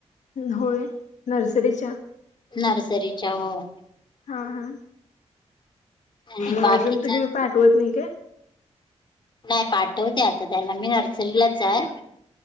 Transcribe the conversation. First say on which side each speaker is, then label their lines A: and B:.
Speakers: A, on the left; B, on the left.
A: होय नर्सरीच्या
B: नर्सरीच्या हो.
A: हा हा,
B: आणि
A: मग
B: बाकीचा
A: अजुन तुम्ही पाठवत नाही का.
B: नाय पाठवते आता त्यांना मी नर्सरीलाच जातात.